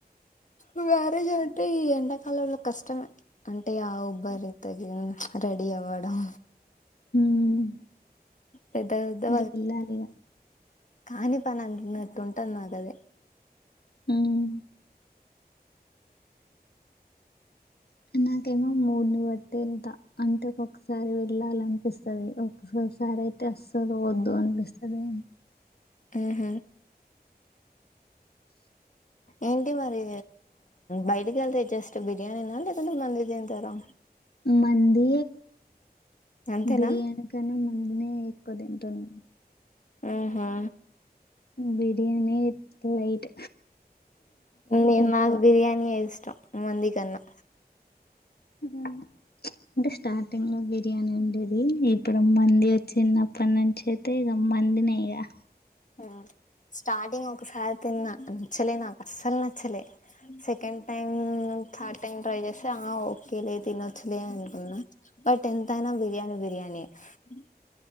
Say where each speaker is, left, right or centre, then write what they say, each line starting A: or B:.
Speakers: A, on the left; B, on the left.
A: వ్మ్యారేజ్ అంటే ఈ ఎండాకాలంలో కష్టమే అంటే ఆ ఉబ్బ రీ తగి అ రెడి అవడం
B: ఉమ్
A: పెద్ద పెద్దా
B: ఇంక వెళ్ళాలి ఇగ
A: కానీ పని అంటున్నట్టు ఉంటుంది నాకు అద
B: ఉమ్ నాకేమో మూడుని బట్టేతా అంటే ఒకసారి వెళ్ళాలనిపిస్తుంది ఒకసారి సారా అయితే అస్సలు వద్దు అనిపిస్తది
A: ఉంహ ఏంటి మరి బయటికి కేళ్తే జస్ట్ బిర్యానీనా లేకుంటే మంది తింటారా
B: మండి
A: అంతేనా
B: బిర్యానీ కన్నా అందునే ఎక్కువ తింటునం
A: ఆహా
B: బిర్యానీ లైట్
A: నేను
B: తక్కువ
A: నాకు బిర్యానీ ఏ ఇష్టం మండి కన్నా
B: ఉ అంటే స్టార్టింగ్ లో బిర్యానీ ఉండేది ఇప్పుడు మండి వచ్చిన్నప్పటి నుంచి అయితే ఇగ మందినే ఇగా
A: ఆ స్టార్టింగ్ ఒకసారి తిన్నా నచ్చలే, నాకు అస్సలు నచ్చలే second time thought time try చేస్తే ఆ ఓకేలే తినొచ్చులే అనుకున్న బట్ ఎంత అయినా బిర్యానీ బిర్యానీ, నే